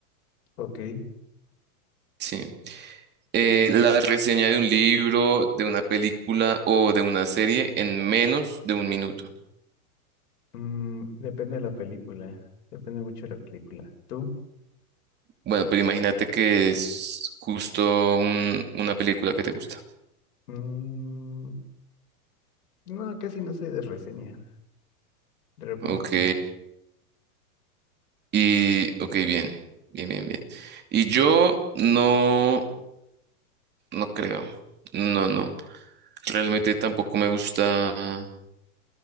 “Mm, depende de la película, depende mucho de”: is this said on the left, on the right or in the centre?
Left